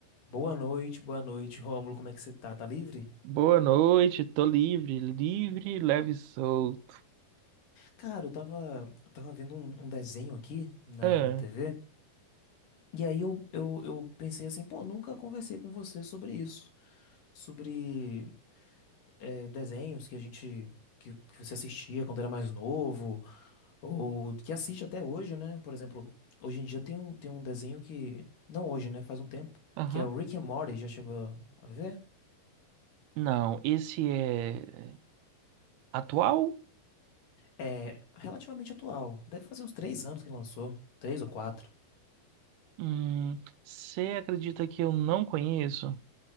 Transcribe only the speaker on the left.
Boa noite, boa noite, Rômulo. Como é que você tá? Tá livre?
Cara, eu tava, eu tava vendo um, um desenho aqui na,
na TV. E aí eu, eu, eu pensei assim, pô, nunca conversei com você sobre isso. Sobre eh, desenhos que a gente, que, que você assistia quando era mais novo, ou que assiste até hoje, né? Por exemplo, hoje em dia tem um, tem um desenho que, não hoje, né? Faz um tempo,
que é o Rick and Morty, já chegou a ver?
É relativamente atual. Deve fazer uns três anos que lançou. Três ou quatro.